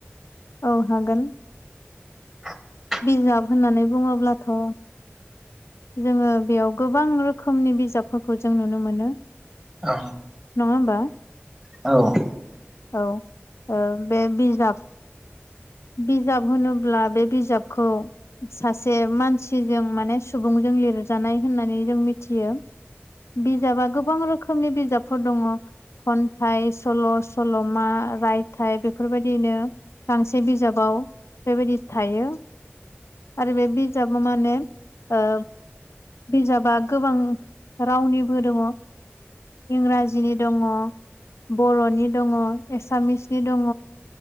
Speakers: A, on the left (about 80°); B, in the centre.
A: औ हागोन
B: <inaudible>
A: बिजाब होननानै बुङोब्लाथ' जोङो बेयाव गोबां रोखोमनि बिजाबफोरखौ जों नुनो मोनो
B: अ
A: नङा होमबा
B: औ
A: औ अ बे बिजाब बिजाब होनोब्ला बे बिजाबखौ सासे मानसिजों माने सुबुंजों लिरजानाय होननानै जों मिथियो बिजाबा गोबां रोखोमनि बिजाबफोर दङ खन्थाइ सल' सल'मा रायथाइ बेफोरबायदिनो बे बिजाबाव बेबायदि थायो आरो बे बिजाबा मा होनो ओ बिजाबा गोबां रावनिबो दङ इंराजिनि दङ बर'नि दङ एसामिसनि दङ